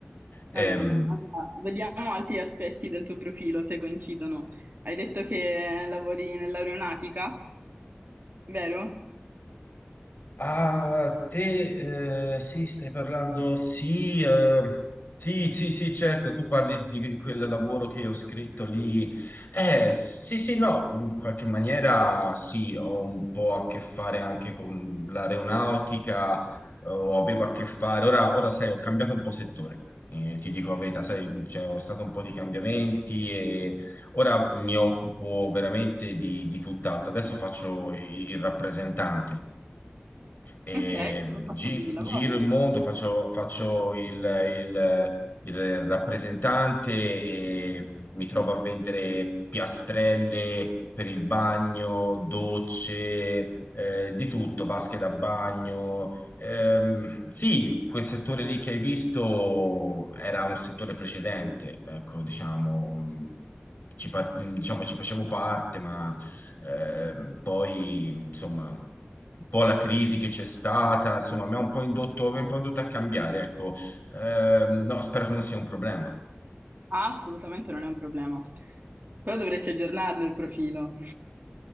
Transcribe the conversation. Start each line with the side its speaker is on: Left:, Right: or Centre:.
Right: Va
Left: Ehm,
Right: bene, allora, vediamo altri aspetti del tuo profilo se coincidono. Hai detto che lavori nell'aeronautica, vero?
Left: Ah, te, eh, sì, stai parlando, sì, eh, sì, sì, sì, certo, tu parli di di quel lavoro che io ho scritto lì. Eh, sì, sì, no, in qualche maniera sì, ho un po' a che fare anche con l'aeronautica, eh, o avevo a che fare, ora, ora sai, ho cambiato un po' settore, eh, ti dico la verità, sai, cioè, ho stato un po' di cambiamenti e ora mi occupo veramente di, di tutt'altro, adesso faccio il il rappresentante e
Right: Ok, bel passaggio
Left: gi-
Right: di lavoro.
Left: giro il mondo, faccio, faccio il, il- il rappresentante e mi trovo a vendere piastrelle per il bagno, docce, eh, di tutto, vasche da bagno. Ehm, sì, quel settore lì che hai visto era un settore precedente, ecco, diciamo, ci, par- diciamo, ci facevo parte, ma Ehm, poi, insomma, un po' la crisi che c'è stata, insomma, mi ha un po' indotto, mi ha un po' indotto a cambiare, ecco. Ehm, no, spero che non sia un problema.
Right: Ah, assolutamente non è un problema. Però dovresti aggiornarlo il profilo. Ma